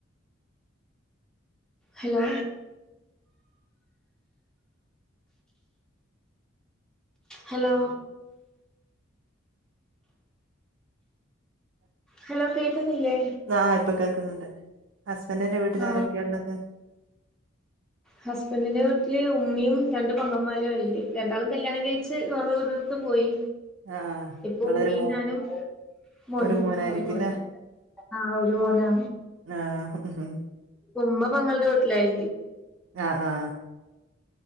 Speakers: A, in the centre; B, on the right.
A: ഹലോ ഹലോ. ഹലോ കേൾക്കുന്നില്ലേ.
B: ആ ഇപ്പോ കേൾക്കുന്നുണ്ട്. ഹസ്ബൻറിന്റെ വീട്ടിൽ-
A: ആ
B: ആരൊക്കെയ ഉള്ളത്.
A: ഹസ്ബൻഡിന്റെ വീട്ടില് ഉമ്മയും രണ്ട പങ്ങന്മാര ഇല്ലേ രണ്ടാളും- കല്യാണം കഴിച്ച് വേറെ ഇവിടത്ത് പോയി.
B: ആഹ്
A: ഇപ്പോ
B: നിങ്ങളൊരു
A: ഉമ്മീൻ
B: മോ
A: ഞാനും മോനുംഒരു
B: ഒരു മോനായിരിക്കുംല്ലേ
A: മോന്. ആഹാ ഒരു മോന്,
B: ആഹ് ഉം
A: ഉംമ്മ പങ്ങളുടെ വീട്ടിലായി.
B: ആഹ ആഹ.